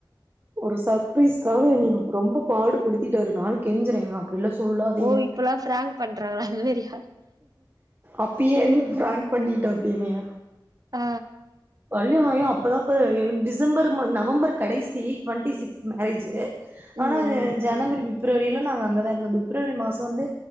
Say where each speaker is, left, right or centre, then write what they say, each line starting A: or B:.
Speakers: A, on the right; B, on the right.
A: ஒரு சர்ப்ரைஸ்காக என்னைய ரொம்ப பாடுபடுத்திட்டாரு நானு கெஞ்சறே ஏங்க அப் பிட்லா சொல்லாதீங்க
B: ஓ இப்பல்லா பிராங்க் பண்றாங்களா அந்த மாரியா
A: அப்பயே என்ன பிராங்க் பண்ணிட்டாப்டி என்னய
B: ஆ
A: இல்ல நா ஏ அப்பில்லா போய் எனக்கு டிசம்பர் மா நவம்பர் கடைசி ட்வெண்ட்டி சிக்ஸ் மேரேஜூ
B: ம்
A: ஆனா
B: ம்
A: ஜனவரி பிப்ரவரியில நாங்க அங்கதா இருந்தோ பிப்ரவரி மாசோ வந்து